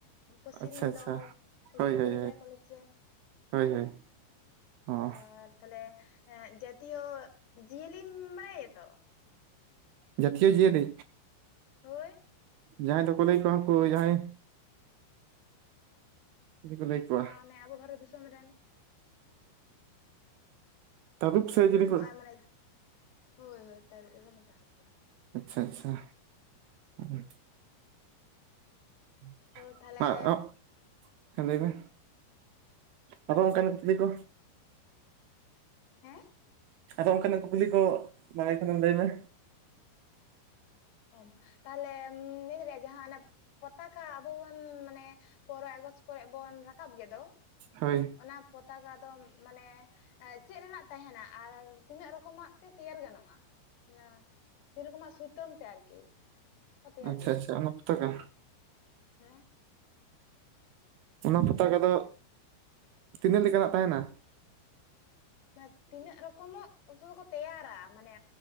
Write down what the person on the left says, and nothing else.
ᱠᱚ ᱥᱮᱨᱤᱧ
ᱫᱚ ᱤᱥᱠᱩᱞ
ᱨᱮ ᱠᱚᱞᱮᱡᱽ ᱨᱮ,
ᱟᱨ ᱛᱟᱦᱚᱞᱮ, ᱮᱸᱼᱫ ᱡᱟᱛᱤᱭᱚ ᱡᱤᱭᱟᱹᱞᱤᱢ ᱵᱟᱲᱟᱭᱟᱛᱚ?
ᱦᱳᱼᱤᱭ ᱾
ᱢᱟ ᱚᱱᱮ ᱟᱵᱩ ᱵᱷᱟᱨᱚᱛ ᱫᱤᱥᱚᱢ ᱨᱮᱱ,
ᱦᱮᱸ
ᱩᱨᱩᱢᱚᱜ
ᱟᱭ ᱢᱟᱱᱮ ᱦᱳᱭ, ᱦᱳᱭ ᱛᱟᱹᱨᱩᱵᱽ ᱜᱮᱠᱚ ᱢᱮᱛᱟᱠᱚᱣᱟ᱾
ᱛᱚ ᱛᱟᱦᱞᱮ
ᱦᱮᱸ,
ᱚ, ᱛᱟᱦᱞᱮ ᱢᱮᱱ ᱨᱮᱭᱟᱜ ᱡᱟᱦᱟᱸ ᱚᱱᱟ ᱯᱛᱟᱠᱟ ᱟᱵᱩ ᱵᱚᱱ ᱢᱟᱱᱮ ᱯᱚᱱᱼᱨᱚᱭ ᱟᱜᱚᱥᱴ ᱠᱚᱨᱮ ᱵᱚᱱ ᱨᱟᱠᱟᱵ ᱜᱮ ᱫᱚ,
ᱚᱱᱟ ᱯᱚᱛ ᱛᱟᱜᱟ ᱫᱚᱢ, ᱢᱟᱱᱮ, ᱪᱮᱫ ᱨᱮᱱᱟᱜ ᱛᱟᱦᱮᱱᱟ? ᱟᱨ ᱛᱤᱱᱟᱹᱜ ᱨᱚᱠᱚᱢᱟᱜ ᱛᱮ, ᱛᱮᱭᱟᱨ ᱜᱟᱱᱚᱜᱼᱟ? ᱚᱱᱟ ᱛᱤᱨᱚᱠᱚᱢᱟ ᱥᱩᱛᱟᱹᱢ ᱛᱮ ᱟᱨᱠᱤ, ᱠᱚ ᱛᱮᱭᱟᱨ
ᱜᱮᱭᱟ
ᱦᱮᱸ,
<unintelligible> ᱛᱤᱱᱟᱹᱜ ᱨᱚᱠᱚᱢᱳᱜ ᱠᱚ ᱛᱮᱭᱟᱨᱟ, ᱢᱟᱱᱮ,